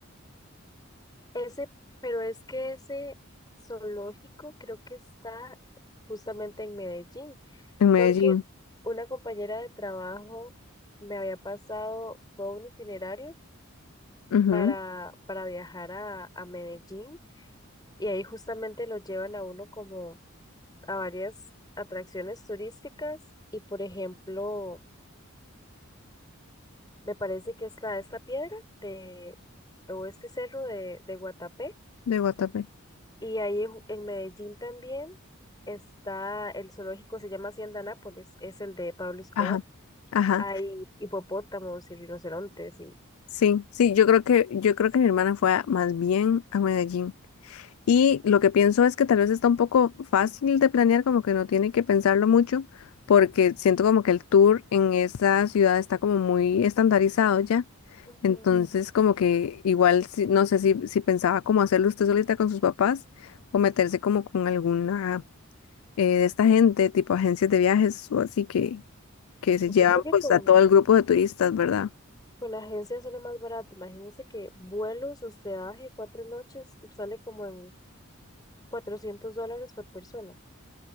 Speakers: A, on the left; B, on the left.
A: Ese, pero es que ese zoológico creo que está justamente en Medellín,
B: en Medellín,
A: porque una compañera de trabajo me había pasado todo un itinerario
B: Ujú,
A: para, para viajar a, a Medellín y ahí justamente lo llevan a uno como a varias atracciones turísticas y por ejemplo... Me parece que está esta piedra de, o este cerro de, de Guatapé.
B: de Guatapé.
A: Y ahí en en Medellín también está el zoológico, se llama Hacienda Nápoles, es el de Pablo Escobar.
B: Ajá, ajá.
A: Hay hipopótamos y rinocerontes y
B: Sí, sí, yo creo que, yo creo que mi hermana fue a- más bien a Medellín. Y lo que pienso es que tal vez está un poco fácil de planear, como que no tiene que pensarlo mucho, porque siento como que el tour en esa ciudad está como muy estandarizado ya.
A: Ujú.
B: Entonces, como que igual, si- no sé si, si pensaba como hacerlo usted solita con sus papás o meterse como con alguna eh, de esta gente, tipo agencias de viajes o así que, que se
A: yo
B: llevan
A: creo
B: Sí.
A: que
B: pues
A: con,
B: a todo el grupo de turistas, ¿verdad?
A: con agencia sale más barato. Imagínense que vuelos, hospedaje, cuatro noches, sale como en 400 dólares por persona.